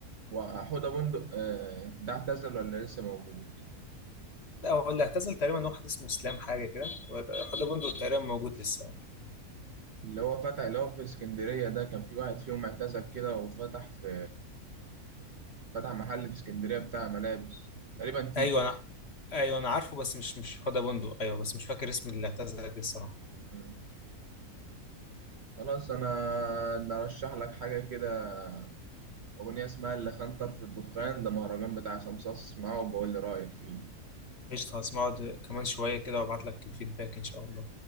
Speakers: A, on the right; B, on the left.
A: وحوده بندق آه ده اعتزل ولا لسه موجود
B: لا هو اللي اعتزل تقريبا واحد اسمه اسلام حاجه كده حوده بندق تقريبا موجود لسه يعني.
A: اللي هو فتح اللي هو في اسكندرية ده كان في واحد فيهم اعتزل كده وفتح في فتح محل في اسكندرية بتاع ملابس تقريبا تيتو
B: ايوه انا ايوه انا عارفه بس مش مش حوده بندق ايوه بس مش فاكر اسم اللي اعتزل ايه الصراحه
A: مم. خلاص انا نرشح لك حاجة كده اغنية اسمها اللي خنطر في الدخان ده مهرجان بتاع سمسار اسمعه وبقول لي رأيك فيه
B: قشطه هسمعه د- كمان شويه كده وابعت لك الفيدباك ان شاء الله